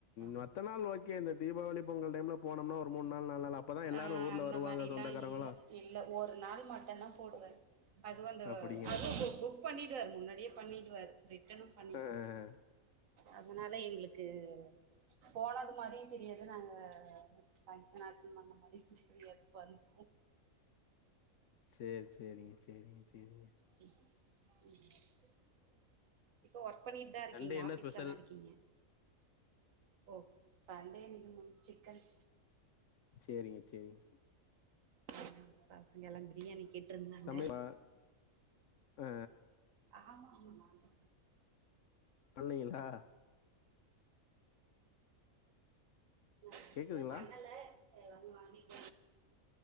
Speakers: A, on the right; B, on the left.
A: ஆமா
B: மத்த நாள் ஓகே இந்த தீபாவளி பொங்கல் டைம்ல போனோம்னா ஒரு மூண் நாள் நாலு நாள் அப்பதா எல்லாரு
A: ஆ
B: ஊர்ல
A: அந்த
B: வருவாங்க
A: மாரிலா
B: சொந்தக்காரங்கலா
A: இல்ல இல்ல ஒரு நாள் மட்டுந்தா போடுவாரு அதுவு அந்த
B: அப்டிங்களா?
A: அதுவு ஒரு புக் பண்ணிடுவாரு முன்னாடியே பண்ணிடுவாரு ரிட்டனு பண்ணிடுவாரு
B: ஆ ஆ ஆ.
A: அதனால எங்களுக்கு போனது மாறியு தெரியல நாங்க தஞ்ச நாட்ட பண்ண மாரி குத்திரி வந்து
B: சேரி சேரி சேரிங்க சேரிங்க
A: ம் ம் இப்ப ஒர்க் பண்ணிட்டு தா இருக்கீங்க
B: சண்டே என்ன
A: ஆஃபீஸ்ல
B: ஸ்பெஷல்?
A: தா இருக்கீங்க ஓ சண்டே இன்னைக்கு மூன் சிக்கன்
B: சேரிங்க சேரிங்க
A: ம் பசங்கல்லா பிரியாணி கேட்டிருந்தாங்க
B: சொல்லுங்க ஆ
A: ஆம்மாம்மா நாங்க
B: பண்ணீங்களா
A: நாங்க
B: கேக்குதுங்களா
A: இன்னு பண்ணல எல்லாமே வாங்கி <inaudible>